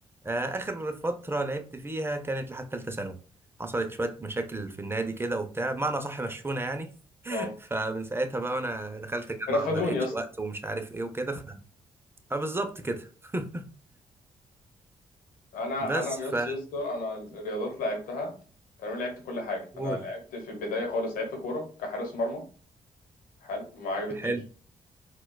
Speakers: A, on the right; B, on the left.
A: آه، اخر فترة لعبت فيها كانت لحد ثالثة ثانوي حصلت شوية مشاكل في النادي كده وبتاع بمعنى صح مشونا يعني
B: اه
A: فمن ساعتها بقى وانا دخلت
B: <laughs>
A: جامعة
B: رفدوني
A: وما لقيتش
B: يا اسطى
A: وقت ومش عارف ايه وكده ف... فبالظبط كده <laughs>
B: انا
A: بس
B: انا
A: ف
B: يس يا اسطى انا الرياضات لعبتها تمام لعبت كل حاجه
A: قول
B: انا لعبت في البدايه خالص لعبت كوره كحارس مرمى حلو ما عجبتنيش
A: حلو